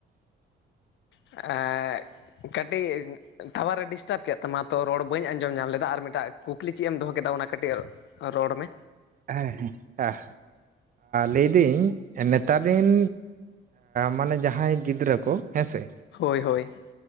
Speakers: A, on the right; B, on the left.
A: <unintelligible>
B: ᱮᱫ ᱠᱟᱹᱴᱤᱡ ᱴᱟᱣᱟᱨᱮ ᱰᱤᱥᱴᱟᱵ ᱠᱮᱫ ᱛᱟᱢᱟ ᱛᱚ ᱨᱚᱲ ᱵᱟᱹᱧ ᱟᱸᱡᱚᱢ ᱧᱟᱢ ᱞᱮᱫᱟ ᱟᱨ ᱢᱤᱫᱴᱟᱝ ᱠᱩᱠᱞᱤ ᱪᱮᱫ ᱮᱢ ᱫᱚᱦᱚ ᱠᱮᱫᱟ ᱚᱱᱟ ᱠᱟᱹᱴᱤᱡ ᱨᱚᱲ ᱢᱮ
A: ᱦᱮᱸ ᱦᱮᱸ ᱦᱮᱸ ᱞᱟᱹᱭᱫᱟᱹᱧ ᱱᱮᱛᱟᱨ ᱨᱤᱱ ᱢᱟᱱᱮ ᱡᱟᱦᱟᱸᱭ ᱜᱤᱫᱽᱨᱟᱹ ᱠᱚ ᱦᱮᱸ ᱥᱮ
B: ᱦᱳᱭ ᱦᱳᱭ